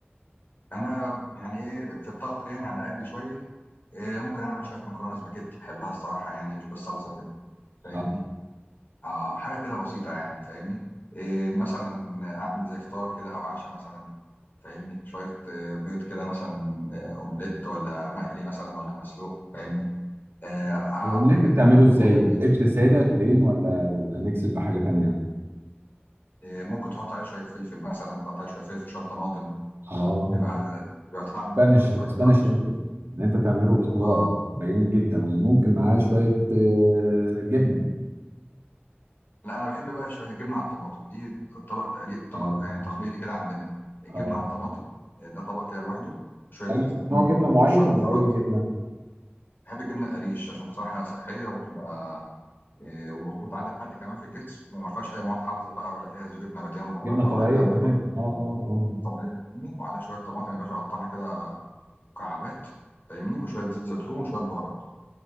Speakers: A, on the left; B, on the right.
A: انا يعني ايه في الطبخ يعني على قد شويه إيه ممكن اعمل شويه مكرونه سباكيتي بحبها الصراحه يعني مش بالصلصه كده فاهمني
B: اه
A: اه حاجه كده بسيطه يعني فاهمني إيه مثلا اعمل زي فطار كده او عشاء مثلا فاهمني شويه آه، بيض كده مثلا آه، اومليت ولا مقلي مثلا ولا مسلوق فاهمني آه،
B: الاومليت
A: اقطع جبنه
B: بتعمله
A: على طماطم
B: ازاي اومليت
A: كده
B: ساده بلين ولا بيبقى ميكس بحاجه تانيه
A: آه، ممكن تحط عليه شويه فلفل مثلا تقطع شويه فلفل شويه طماطم
B: اه
A: بيبقى بيبقى طعمه
B: الاسبانيش
A: تحفه
B: الاسبانيش
A: تعرف
B: اومليت ان انت تعمله بالخضار
A: اه
B: ده جميل جدا وممكن معاه شويه آه، جبنه
A: لا انا بحب بقى شويه الجبنه على الطماطم دي طبق تقليد طبق
B: اه
A: يعني تقليدي كده عندنا الجبنه
B: اه
A: على الطماطم آه، ده طبق كده لوحده وشويه
B: اي
A: زيت زيتون
B: نوع جبنه معين
A: وشويه بهارات
B: ولا اي جبنه
A: بحب الجبنه القريش عشان صراحه صحيه وبتبقى آه، وبت- وتعدي الحرق كمان في الجسم وما فيهاش اي مواد حافظه بقى ولا فيها زيوت نباتيه مهدرجه
B: جبنه طبيعيه
A: ولا الكلام
B: تماما
A: ده كله
B: اه اه اه
A: طبيعيه وعلى شويه طماطم يا باشا اقطعها كده مكعبات فاهمني وشويه زيت زيتون وشويه بهارات